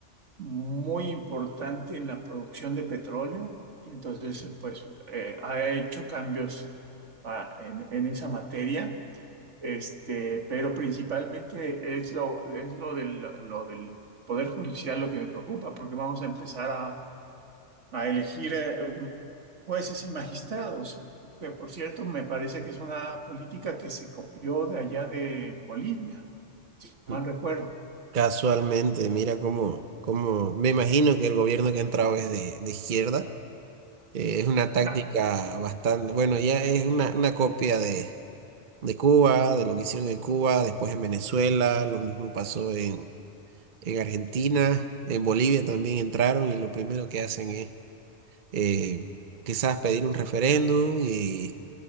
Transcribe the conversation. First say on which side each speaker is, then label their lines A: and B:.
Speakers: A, on the right; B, on the right.
A: muy importante en la producción de petróleo y entonces pues eh, ha hecho cambios pa- en, en esa materia, este, pero principalmente es lo, es lo del, lo del Poder Judicial lo que me preocupa, porque vamos a empezar a, a elegir eh, mm, jueces y magistrados, que por cierto me parece que es una política que se copió de allá de Bolivia, si mal
B: mm,
A: recuerdo.
B: Casualmente, mira cómo, cómo me imagino que el gobierno que ha entrado es de, de izquierda. Eh, es una táctica
A: Ah,
B: bastante, bueno, ya es una, una copia de, de Cuba, de lo que hicieron en Cuba, después en Venezuela, lo mismo pasó en, en Argentina, en Bolivia también entraron y lo primero que hacen es eh, quizás pedir un referéndum y,